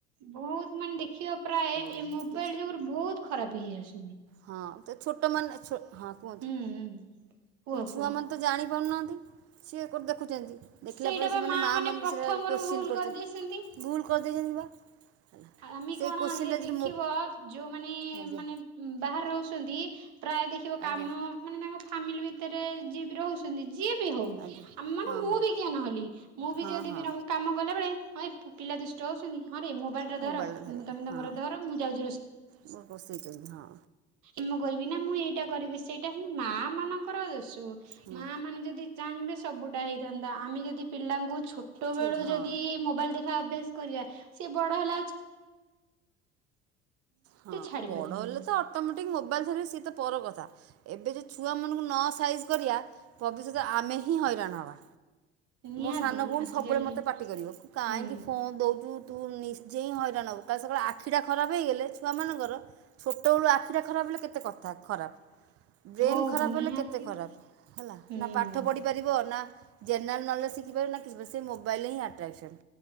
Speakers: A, on the right; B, on the right.
A: ବହୁତ ମାନେ ଦେଖିବା ପ୍ରାୟ ଏଇ
B: ହେଉଛି
A: ମୋବାଇଲ ଯୁଗରେ ବହୁତ ଖରାପ ହେଇଆସ।
B: ହଁ ତ ଛୋଟମାନେ କୁହନ୍ତୁ
A: ହୁଁ କୁହ
B: ଛୁଆ
A: କୁହ।
B: ମାନେ ତ ଜାଣି ପାରୁନାହାନ୍ତି। ସିଏ କୋଉଠୁ ଦେଖୁଛନ୍ତି। ଦେଖିଲା
A: ସେଇଟା
B: ପରେ
A: ବା
B: ସେମାନେ
A: ମା
B: ମାଆ
A: ମାନେ
B: ମାନଙ୍କୁ
A: ପ୍ରଥମରୁ
B: ସେଇଟା କୋଶ୍ଚିନ୍
A: ଭୁଲ
B: କରୁଛନ୍ତି
A: କରିଦେଇଛନ୍ତି।
B: <unintelligible>
A: ଆମେ
B: ସେଇ
A: କଣ
B: କୋଶ୍ଚିନ୍ଟା
A: ଇ ଦେଖିବ
B: ଯଦି ମୋ
A: ଯୋଉମାନେ
B: ଆଜ୍ଞା
A: ମାନେ ବାହାରେ ରହୁଛନ୍ତି। ପ୍ରାୟ ଦେଖିବ କାମ
B: ଆଜ୍ଞା
A: ମାନେ ତାଙ୍କ ଫ୍ୟାମିଲୀ ଭିତରେ ଯିଏ ବି ରହୁଛନ୍ତି। ଯିଏ ବି ହଉ
B: ଆଜ୍ଞା
A: ଆମ ମାନେ
B: ହଁ
A: ମୁଁ
B: ହଁ
A: ବି କି୍ଞ ନହେଲି ମୁଁ ବି
B: ହଁ
A: ଯଦି
B: ହଁ
A: ବି କାମ କଲାବେଳେ। ହଁ ପିଲା ଦୁଷ୍ଟ ହେଉଛନ୍ତି ହଁ ରେ ମୋବାଇଲଟା
B: ମୋବାଇଲରେ
A: ଧର
B: ଧରେଇଲେ
A: ତୁମେ ତୁମର
B: ହଁ
A: ଧର ମୁଁ ଯାଉଛି ରୋଷେଇ
B: ମୁଁ ରୋଷେଇ କରି ହଁ।
A: ମୁ କରିବି ନା ମୁଁ ଏଇଟା କରିବି ସେଇଟା ହିଁ ମା ମା ମାନଙ୍କର ଦୋଶୁ
B: ହୁଁ
A: ମା ମାନେ ଯଦି ଚାହିଁବେ ସବୁଟା ହେଇଥାନ୍ତା ଆମେ ଯଦି ପିଲାଙ୍କୁ ଛୋ ଛୋଟ
B: ଠିକ୍
A: ବେଳୁ
B: ହଁ
A: ଯଦି ମୋବାଇଲ ଦେଖା ଅଭ୍ୟାସ କରିବା ସିଏ ବଡ ହେଲା ଆ
B: ହଁ
A: ଛାଡି
B: ବଡ
A: ପାରିବେନି
B: ହେଲେ ତ ଅଟୋମେଟିକ ମୋବାଇଲ ଧରିବେ ସଏ ତ ପର କଥା ଏବେ ଯେ ଛୁଆ ମାନଙ୍କୁ ନ ସାଇଜ କରିବା ଭବିଷ୍ୟତ ଆମେ ହିଁ ହଇରାଣ ହବା।
A: ନିହାତି
B: ମୋ ସାନ ଭଉଣୀ
A: ଆଜିକାଲି
B: ସବୁବେଳେ ମତେ ପାଟି କରିବ କାହିଁକି
A: ହୁଁ
B: ଫୋନ୍ ଦଉଛୁ। ତୁ ନିଜେ ହଇରାଣ ହବୁ କାଲି ସକାଳେ ଆଖି ଟା ହେଇଗଲେ ଛୁଆ ମାନଙ୍କର ଛୋଟ ବେଳୁ ଆଖିଟା ଖରାପ ହେଲେ କେତେ କଥା ଖରାପ।
A: <inaudible>
B: ବ୍ରେନ ଖରାପ
A: ନିହାତି
B: ହେଲେ କେତେ ଖରାପ
A: ତ
B: ହେଲା
A: ହୁଁ
B: ନା ପାଠ ପଢ଼ିପାରିବ ନା ଜେନେରାଲ୍ ନଲେଜ ଶିଖିପାରି ସେଇ ମୋବାଇଲରେ ହିଁ ଆଟ୍ରାକସନ୍।